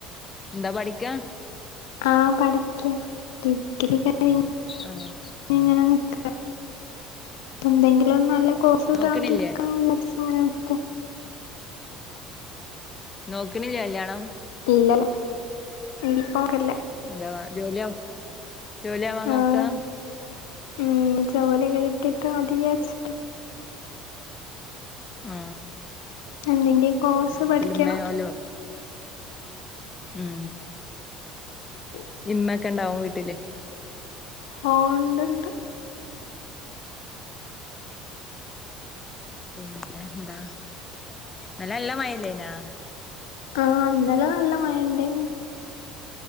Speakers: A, on the left (about 25°); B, on the left (about 70°).
A: എന്താ പഠിക്കാ
B: ആഹ് പഠിക്ക്യാ ഡിഗ്രി കയ്
A: ആഹ്
B: ഇങ്ങനെ നിക്കാ എന്തെങ്കിലും നല്ല കോസ് കിട്ടാണങ്കി
A: നോക്കണില്ലേ
B: ഇടക്ക അങ്ങന നിക്കാ
A: നോക്ക്ണില്ലേ കല്യാണം
B: ഇല്ലല്ലാ <unintelligible> പ്പോക്ക്ല്ല
A: എന്തവാ ജോലിയ ജോലി ആവാ
B: ആഹ്
A: നോക്കാ
B: ഉം ജോലിക്കെ കിട്ടീട്ട് മതിയിവിയരിച്ചു
A: ആ
B: എന്തെങ്കിലും കോഴ്സ്
A: ഇതില്
B: പഠിക്കണം
A: മ്മേവലും ഉം
B: <inaudible>
A: ഇമ്മക്കെണ്ടാവും വീട്ടില്
B: ഓ ഇണ്ട് ഇണ്ട്
A: പിന്നെ എന്താ നല്ല നല്ല മഴല്ലേനാ
B: ആഹ് ഇന്നലെല്ല നല്ല മയണ്ടേനു